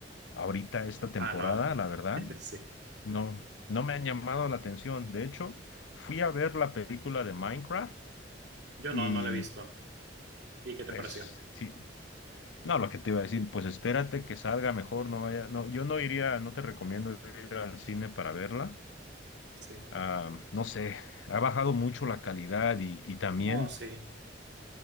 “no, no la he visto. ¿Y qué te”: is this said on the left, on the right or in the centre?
Right